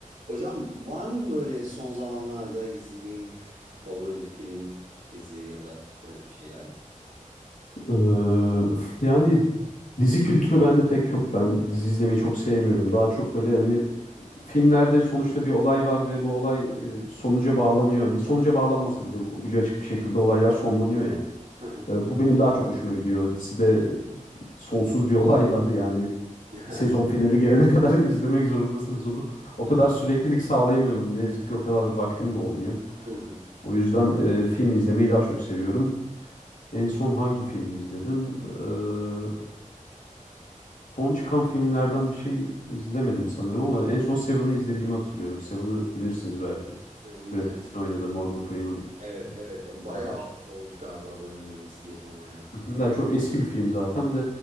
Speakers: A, on the right (about 75°); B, on the left (about 70°).
A: Hocam var mı böyle son zamanlarda izlediğin favori bir film, dizi ya da öyle bir şeyler?
B: Ee, yani dizi kültürü bende pek yok. Ben dizi izlemeyi çok sevmiyorum. Daha çok böyle hani filmlerde sonuçta bir olay var ve bu olay e, sonuca bağlanıyor. Hani sonuca bağlanmasa bile ucu açık bir şekilde olaylar sonlanıyor ya.
A: Hı hı.
B: Ee, bu benim daha çok hoşuma gidiyor. Dizide sonsuz bir olay var. Yani
A: <laughs>
B: sezon finali gelene <laughs> kadar izlemek zorundasınız onu. O
A: Evet.
B: kadar süreklilik sağlayamıyorum. Ne yazık ki o kadar vaktim de olmuyor.
A: Hı hı.
B: O yüzden e, film izlemeyi daha çok seviyorum. En son hangi filmi izledim? Ee, Son çıkan filmlerden bir şey izlemedim sanırım ama en son Seven'ı izlediğimi hatırlıyorum. Seven'ı bilirsiniz belki.
A: Seven'ı-
B: Brad Pitt'in oynadığı Morgan Freeman
A: Evet,
B: e,
A: evet. evet. O Bayağı
B: beraber.
A: oldu galiba ben onu izleyeli ama ya.
B: Hı hı. Ya çok eski bir film zaten de